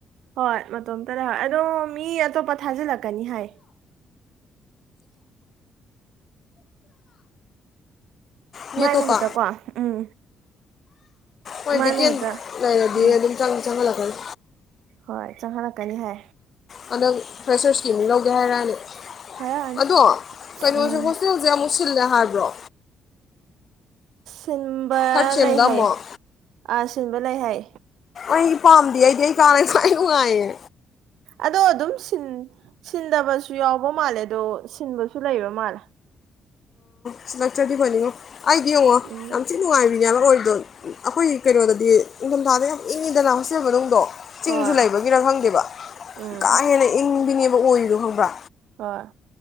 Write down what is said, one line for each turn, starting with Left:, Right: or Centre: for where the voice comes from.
Right: ꯍꯣꯏ ꯃꯇꯣꯝꯇ ꯂꯩ ꯍꯣꯏ ꯑꯗꯣ ꯃꯤ ꯑꯇꯣꯞꯄ ꯊꯥꯖꯤꯜꯂꯛꯀꯅꯤ ꯍꯥꯏ
Left: ꯃꯤ
Right: ꯃꯥꯏ
Left: ꯑꯇꯣꯞꯄ
Right: ꯃꯍꯨꯠꯇꯀꯣ ꯎꯝ
Left: ꯍꯣꯏ
Right: ꯃꯥꯏ
Left: ꯚꯦꯀꯦꯟ
Right: ꯃꯍꯨꯠꯇ
Left: ꯂꯩꯔꯗꯤ
Right: ꯎꯝ
Left: ꯑꯗꯨꯝ ꯆꯪꯗꯤ ꯆꯪꯍꯜꯂꯛꯀꯅꯤ
Right: ꯍꯣꯏ ꯆꯪꯍꯜꯂꯛꯀꯅꯤ ꯍꯥꯏ
Left: ꯍꯟꯗꯛ ꯐ꯭ꯔꯦꯁꯔ ꯀꯤ ꯑꯃꯨꯛ ꯂꯧꯒꯦ ꯍꯥꯏꯔꯛꯑꯅꯤ
Right: ꯍꯥꯏꯔꯛꯑꯅꯤ
Left: ꯑꯗꯣ ꯀꯩꯅꯣꯁꯦ
Right: ꯎꯝ
Left: ꯍꯣꯁꯇꯦꯜꯁꯦ ꯑꯃꯨꯛ ꯁꯤꯜꯂꯦ ꯍꯥꯏꯕ꯭ꯔꯣ
Right: ꯁꯤꯟꯕ
Left: ꯊꯥꯔꯠ ꯁꯦꯝꯗ
Right: ꯂꯩ ꯍꯥꯏ
Left: ꯑꯃꯨꯛ
Right: ꯑꯥ ꯁꯤꯟꯕ ꯂꯩ ꯍꯥꯏ
Left: ꯑꯩ ꯄꯥꯝꯗꯤ ꯑꯩꯗꯤ ꯑꯩ ꯀꯥꯅ ꯈꯋ꯭ꯥꯏ ꯅꯨꯉꯥꯏ ꯌꯦ
Right: ꯑꯗꯣ ꯑꯗꯨꯝ ꯁꯤꯟꯗꯕꯁꯨ ꯌꯥꯎꯕ ꯃꯥꯜꯂꯦ ꯑꯗꯣ ꯁꯤꯟꯕꯁꯨ ꯂꯩꯕ ꯃꯥꯜꯂꯦ
Left: ꯁꯂꯛ ꯇꯔ꯭ꯗꯤ ꯐꯥꯅꯤ ꯉꯣ ꯑꯩ ꯗꯤ ꯌꯦꯡꯉꯣ
Right: ꯎꯝ
Left: ꯌꯥꯝ ꯊꯤ ꯅꯨꯡꯉꯥꯏ ꯅꯦꯕ ꯑꯣꯏꯔꯤꯗꯣ ꯑꯩꯈꯣꯏꯒꯤ ꯀꯩꯅꯣꯗꯗꯤ ꯅꯤꯡꯊꯝꯊꯥꯗ ꯌꯥꯝ ꯏꯪꯉꯤꯗꯅ ꯍꯣꯁꯇꯦꯜ ꯃꯅꯨꯡꯗꯣ ꯆꯤꯡꯁꯨ
Right: ꯍꯣꯏ
Left: ꯂꯩꯕꯒꯤꯔꯥ ꯈꯪꯗꯦꯕ
Right: ꯎꯝ
Left: ꯀꯥ ꯍꯦꯟꯅ ꯏꯪꯕꯤꯅꯦꯕ ꯑꯣꯏꯔꯤꯅꯣ ꯈꯪꯕ꯭ꯔꯥ
Right: ꯍꯣꯏ